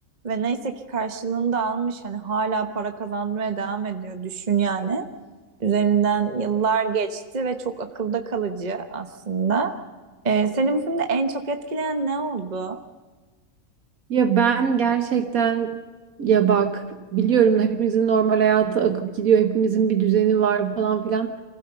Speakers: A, on the right (about 35°); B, on the right (about 75°).
A: ve neyse ki karşılığını da almış hani hala para kazanmaya devam ediyor düşün yani. Üzerinden yıllar geçti ve çok akılda kalıcı aslında. Ee, seni bu filmde en çok etkileyen ne oldu?
B: Ya ben gerçekten ya bak biliyorum hepimizin normal hayatı akıp gidiyor. Hepimizin bir düzeni var falan filan.